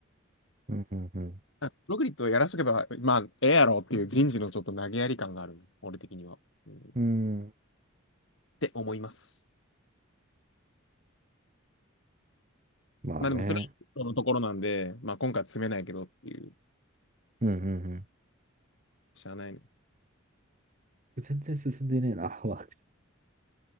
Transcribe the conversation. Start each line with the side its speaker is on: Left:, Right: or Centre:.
Right: うんうんう
Left: あロリットやらしとけば、まあ、ええやろっていう人事のちょっと投げやり感があるね俺的には。うん、っ
Right: ん。うん。
Left: て思います。
Right: まあね。
Left: まあでも、それはのところなんで、まあ今回は詰めないけどっていう、
Right: うんうん
Left: しゃあないね
Right: 全然進んでねえな。<laughs> ワード